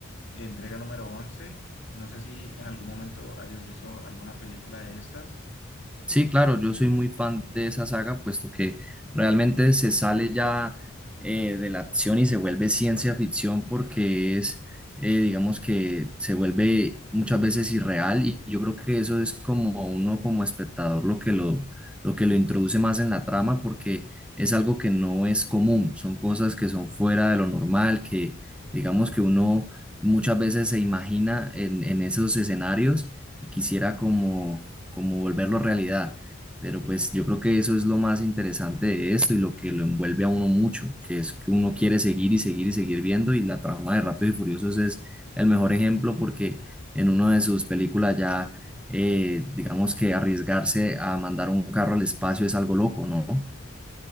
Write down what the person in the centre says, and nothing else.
Sí, claro, yo soy muy fan de esa saga, puesto que realmente se sale ya eh, de la acción y se vuelve ciencia ficción porque es, eh, digamos que se vuelve muchas veces irreal y yo creo que eso es como uno como espectador lo que lo, lo que lo introduce más en la trama porque es algo que no es común, son cosas que son fuera de lo normal, que digamos que uno muchas veces se imagina en, en esos escenarios y quisiera como como volverlo realidad. Pero pues yo creo que eso es lo más interesante de esto y lo que lo envuelve a uno mucho, que es que uno quiere seguir y seguir y seguir viendo y la trama de Rápido y Furiosos es el mejor ejemplo porque en una de sus películas ya, eh, digamos que arriesgarse a mandar un carro al espacio es algo loco, ¿no?